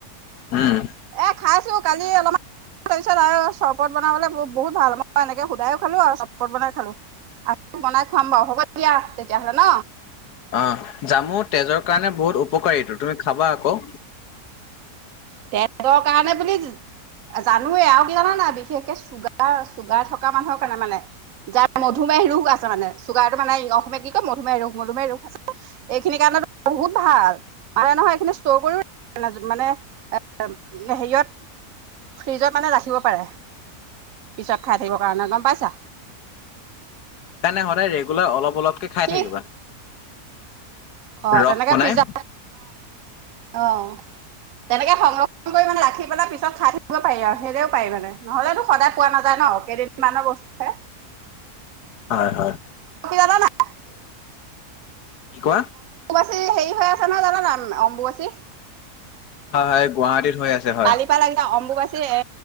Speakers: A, on the left; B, on the right.
A: উম
B: এ খাইছো কালি অলপমান ত আৰু চৰবত বনাবলৈ বহুত ভাল মই এনেকে সুধায়ো খালো আৰু চৰবত বনাই খালো আ বনাই খুৱাম বাৰু হ'ব দিয়া তেতিয়াহলে ন।
A: অ জামু তেজৰ কাৰণে বহুত উপকাৰীটো তুমি খাবা আকৌ।
B: পেটৰ কাৰণেও বুলি। জানোৱেই আৰু কি জানা নাই বিশেষকে চুগাৰ চুগাৰ থকা মানুহৰ কাৰণে মানে। যাৰ মধুমেহ ৰোগ আছে মানে, চুগাৰটো মানে অ অসমিয়াত কি কয় মধুমেহ ৰোগ মধুমেহ ৰোগ আছে এইখিনি কা ৰনে বহুত ভাল মানে নহয় এইখিনি ষ্টৰ কৰি মানে এ হেৰিয়ত ফ্ৰিজত মানে ৰাখিব পাৰে। পিছত খাই থাকিবৰ কাৰণে, গম পাইছা?
A: সেইকাৰণে সদায় ৰেগুলাৰ অলপ অলপকে খাই
B: ঠিক
A: থাকিবা।
B: অ
A: ৰস
B: তেনেকে
A: বনাই।
B: পিজ্জা অ, তেনেকে সংৰক্ষণ কৰি মানে ৰাখি পেলাই পিছত খাই থাকিব পাৰি আৰু। সেইদৰে পাৰি মানে, নহ'লেতো সদায় পোৱা নাযায় ন। অ কেইদিনমানৰ বস্তু হে।
A: হয় হয়।
B: ালা ন <unintelligible>
A: কি কোৱা?
B: হেৰি হৈ আছে নহয় জানা নাই অম্বুবাচী?
A: হয় হয় গুৱাহাটীত। হৈ আছে হয়।
B: কালি পাল লাগ <unintelligible> অম্বুবাচী এ